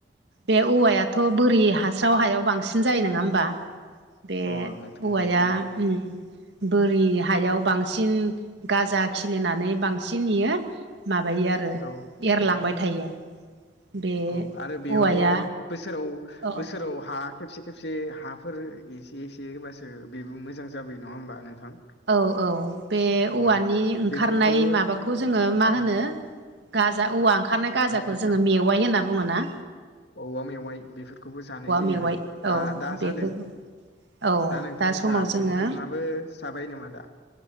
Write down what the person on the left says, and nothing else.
अ नोंथां
अ जायो
औ
औ आरो बेवहाय
बोसोराव
बोसोराव हा खेबसे खेबसे हाफोर एसे एसे होबासो बेबो मोजां जाबोयो नङा होमबा नोंथां
औ
बेफोरखौबो
औ
गाजा
औवा मेवाइ बेफोरखौबो जानाय जायो
आरो
दा दा
जादों
दा नोंथां
नोंथाङाबो जाबाय नामा दा